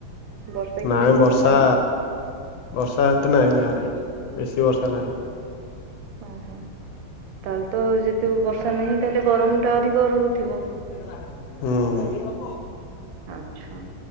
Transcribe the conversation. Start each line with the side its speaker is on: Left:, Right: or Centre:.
Right: ବର୍ଷା କି
Left: ନାଇଁ
Right: ମେଘ
Left: ବର୍ଷା।
Right: ପବନ?
Left: ବର୍ଷା ହେତେ ନାହିଁ ଗାଁରେ ବେଶୀ ବର୍ଷା ନାହିଁ।
Right: ଓହୋ ତାହେଲେ ତ ଯେତୁ ବର୍ଷା ନାହିଁ ତାହେଲେ ଗରମ ଟା ଅଧିକ ରହୁଥିବ।
Left: ହୁଁ।
Right: ଆଛା